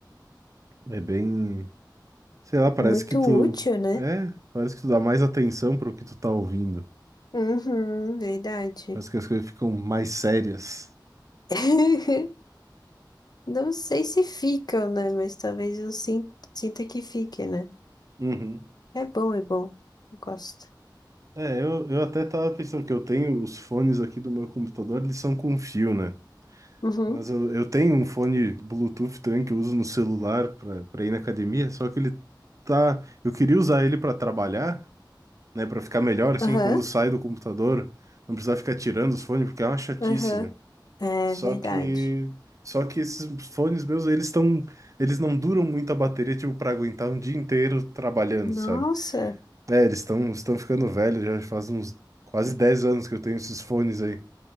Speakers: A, on the right (about 45°); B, on the left (about 60°).
A: é bem, sei lá, parece
B: É muito
A: que tu,
B: útil, né?
A: é, parece que tu dá mais atenção para o que tu tá ouvindo.
B: Uhum, verdade.
A: Parece que as coisas ficam mais sérias.
B: <laughs> Não sei se ficam, né? Mas talvez eu sin- sinta que fique, né?
A: Uhum.
B: É bom, é bom. Eu gosto.
A: É, eu, eu até tava pensando que eu tenho os fones aqui do meu computador, eles são com fio, né?
B: Uhum.
A: Mas eu, eu tenho um fone Bluetooth também que eu uso no celular para para ir na academia, só que ele tá, eu queria usar ele para trabalhar. né, para ficar melhor assim,
B: Aham,
A: quando sai do computador, não precisar ficar tirando os fones porque é uma chatice,
B: aham.
A: né?
B: É
A: Só
B: verdade.
A: que só que esses fones meus, eles estão eles não duram muito a bateria, tipo, para aguentar um dia inteiro trabalhando,
B: Nossa.
A: sabe? É, eles estão estão ficando velhos, já faz uns quase 10 anos que eu tenho esses fones aí.